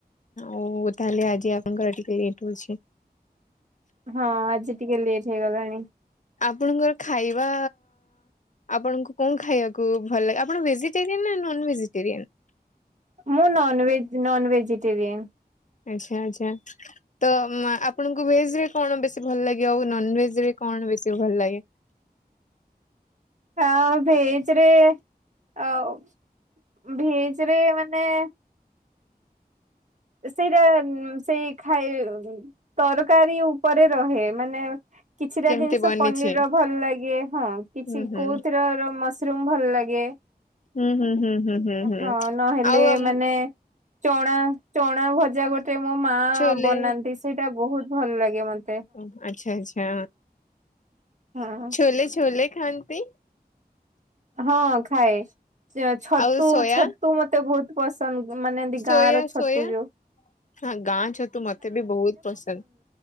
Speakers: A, on the left; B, on the right.
A: ଓ ଓ ତାହେଲେ ଆଜି ଆପଣଙ୍କର ଟିିକେ ଲେଟ୍ ହଉଚି।
B: ହଁ ଆଜି ଟିକେ ଲେଟ୍ ହେଇଗଲାଣି।
A: ଆପଣଙ୍କର ଖାଇବା ଆପଣଙ୍କୁ କଣ ଖାଇବାକୁ ଭଲ ଲାଗେ? ଆପଣ ଭେଜିଟେରିଆନ ନା ନନ୍ ଭେଜିଟେରିଆନ୍।
B: ମୁଁ ନନ୍ ଭେଜ ନନ୍ ଭେଜିଟେରିଆନ୍।
A: ଆଚ୍ଛା ଆଛା ତ ଆପଣଙ୍କୁ ଭେଜ ରେ କଣ ବେଶୀ ଭଲ ଲାଗେ, ଆଉ ନନ୍ ଭେଜ୍ ରେ କଣ ବେଶୀ ଭଲ ଲାଗେ?
B: ଆଉ ଭେଜ୍ ରେ ଆଉ ଭେଜ୍ ରେ ମାନେ ସେଇଟା ସେଇ ଖାଇ ତରକାରୀ ଉପରେ ରହେ ମାନେ କିଛିଟା
A: କେମିତି
B: ଜିନିଷ
A: ବନିଛି?
B: ପନିର୍ ର ଭଲ ଲାଗେ ହଁ କିଛି
A: ହୁଁ ହୁଁ
B: କୋଉଥର ମସ୍ ରୁମ୍ ଭଲ ଲାଗେ।
A: ହୁଁ ହୁଁ ହୁଁ ହୁଁ ହୁଁ ହୁଁ
B: ହଁ ନହେଲେ
A: ଆଉ ଆମ
B: ମାନେ ଚଣା। ଚଣା ଭଜା ଗୋଟେ ମୋ ମା
A: ଛୋଲେ
B: ବନାନ୍ତି, ସେଇଟା ବହୁତ ଭଲ ଲାଗେ ମତ
A: ଓ ଆଚ୍ଛା ଆଚ୍ଛା,
B: ହଁ
A: ଛୋଲେ ଛୋଲେ। ଖାଆନ୍ତି।
B: ହଁ ଖାଏ ଛତୁ
A: ଆଉ ସୋୟା
B: ଛତୁ ମତେ ବହୁତ ପସନ୍ଦ। ମାନେ ବି
A: ସୋୟା
B: ଗାଁଆ ର
A: ସୋୟା
B: ଛତୁ ଯଉ
A: ହଁ ଗାଁ ଛତୁ ମତେ ବି ବହୁତ ପସନ୍ଦ।